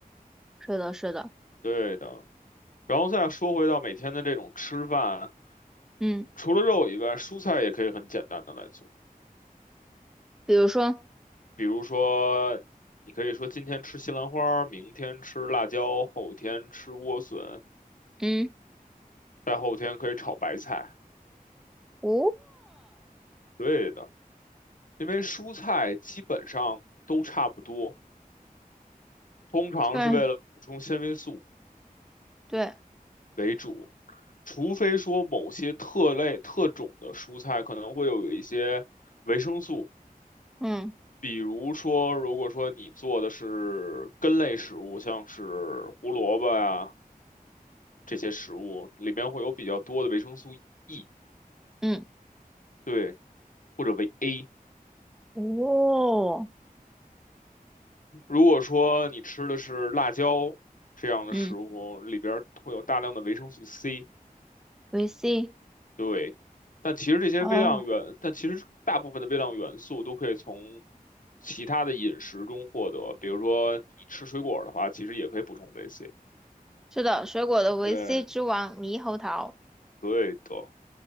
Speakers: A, in the centre; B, on the left.
A: 是的，是的。
B: 对的。然后再说回到每天的这种吃饭，
A: 嗯，
B: 除了肉以外，蔬菜也可以很简单的来做。
A: 比如说，
B: 比如说，你可以说今天吃西兰花，明天吃辣椒，后天吃莴笋，
A: 嗯。
B: 再后天可以炒白菜。
A: 哦，
B: 对的，因为蔬菜基本上都差不多，通常是为了补充纤维素。
A: 基本对，
B: 为主，除非说某些特类特种的蔬菜可能会有一些维生素，
A: 嗯
B: 比如说如果说你做的是根类食物，像是胡萝卜呀、这些食物，里边会有比较多的维生素 E，
A: 嗯
B: 对，或者维 A。
A: 哦，
B: 如果说你吃的是辣椒这样的食物，
A: 嗯，
B: 里边会有大量的维生素 C。
A: 维 C，
B: 对，但其实这些微量元，
A: 哦，
B: 但其实大部分的微量元素都可以从其他的饮食中获得，比如说你吃水果儿的话，其实也可以补充维 C。
A: 是的，水果的维
B: 对，
A: C 之王猕猴桃，
B: 对的，